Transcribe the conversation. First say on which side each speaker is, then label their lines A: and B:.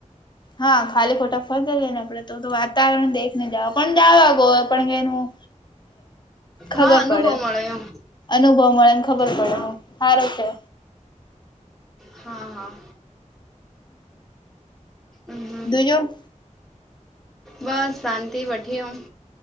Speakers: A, on the left (about 35°); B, in the centre.
A: હા ખાલી ખોટા ફ જ જએ ને આપડે. તો તો વાતાવરણ દેખને જાાવ પણ જાાવગો પણ કેનું ખબર
B: હા અનુભવ
A: પડે
B: મળે એમ
A: અનુભવ મળેને ખબર
B: હા
A: પડે ન સારો છે.
B: હા હા. હમ
A: જૉ
B: બસ શાંતિ વઠી <unintelligible> અ.